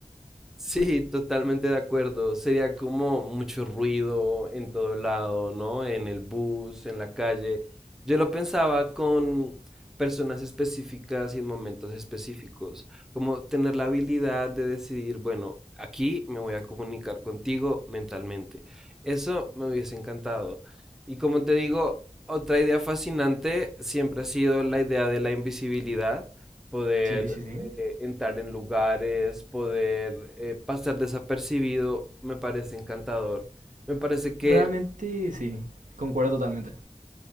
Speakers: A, in the centre; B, on the right (about 80°).
A: Sí, totalmente de acuerdo. Sería como mucho ruido en todo lado, ¿no? En el bus, en la calle. Yo lo pensaba con personas específicas y en momentos específicos, como tener la habilidad de decidir, bueno, aquí me voy a comunicar contigo mentalmente. Eso me hubiese encantado. Y como te digo, otra idea fascinante siempre ha sido la idea de la invisibilidad, poder
B: Sí, sí, sí.
A: eh, entrar en lugares, poder eh, pasar desapercibido, me parece encantador. Me parece que,
B: Realmente sí, concuerdo totalmente.